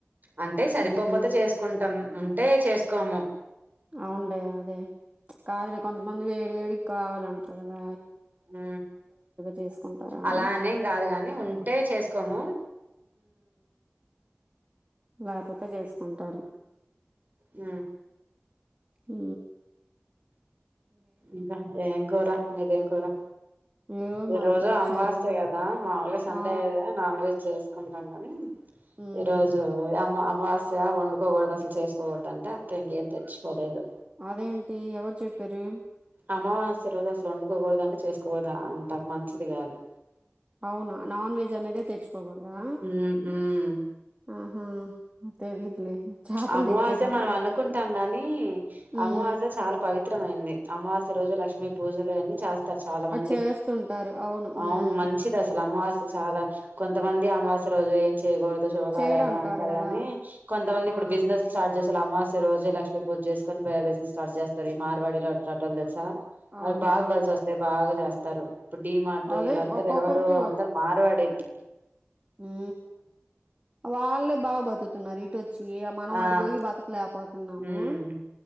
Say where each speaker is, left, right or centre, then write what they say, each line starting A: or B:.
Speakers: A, on the right; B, on the right.
A: అంటే సరిపోపోతే
B: ఉహు
A: చేసుకుంటం ఉం టే చేసుకోము.
B: అవున్లే అదే కాదులే కొంతమంది వేడి వేడిక్కావలంట్రు గదా.
A: హు
B: చేసుకుంటారా అని
A: అలా అనేం గాదు గాని ఉంటే చేసుకోమూ.
B: లాపోతే జేసుకుంటాను.
A: ఊ
B: ఊ
A: ఇంకా ఏం కూర మీదేం కూర.
B: ఏదో
A: ఈ
B: మాది
A: రోజు
B: పప్పుచారు
A: అమవాస్య గదా మాములుగా సండే
B: ఆ
A: నాన్ వెజ్ చేసుకుంటాం గనీ
B: ఉమ్
A: ఈరోజు అమ్మ్ అ మవాస్య వొండుకోకూడదు అసలు చేసుకోవొద్ధంటే అత్త ఇంకేం తెచ్చుకోలేదు.
B: అదేంటి ఎవరు చెప్పారూ.
A: అమావాస్య రోజు అసలు వొండుకోకూడదు అంట చేసుకోకూడదు అంట మంచిది గాదు.
B: అవున నాన్ వెజ్ అనేదే తెచ్చుకోకూడదా.
A: ఉమ్ ఉమ్
B: ఆహా తెలీదులే చేపలు
A: అమవాస్య
B: తెచ్చారు
A: మనం అనుకుంటాం గానీ అమవాస్య
B: ఉమ్
A: చాల పవిత్రమైంది. అమావాస్య రోజు లక్ష్మీ పూజలు అయన్ని ఛాస్ తరు చాలా
B: అది
A: మంది
B: చేస్తుంటారు
A: అవును
B: ఉమ్
A: మంచిదసలు అమవాస్య చాలా కొంతమంది అమవాస్య రోజు ఏం చేయకూడదు శుభకార్యాలు
B: చేడు అంటారు
A: అంటరు
B: కదా
A: గనీ కొంతమంది ఇప్పుడు
B: ఆ
A: బిజినెస్లు స్టార్ట్ జేస్ అసలమవాస్య రోజే లక్ష్మి పూజ్జేసుకొని బిజినెస్ స్టార్ చేస్తారు ఈ మార్వాడిలు అట్లాటోళ్లు తెలుసా వాళ్లకూ
B: ఆహా
A: బాగ కలిసొస్తాయి బాగా జేస్తారు. ఇప్పుడు డిమార్టు
B: అదే
A: ఈళ్ళందరు
B: ఒక్కొక్కరికి
A: ఎవరు అందరు మార్వడీలు
B: ఊ వాళ్ళే బాగా బతుకుతున్నారు. వచ్చి మనం
A: ఆ
B: అటు బోయి బతుకలే పోతున్నామూ.
A: ఉమ్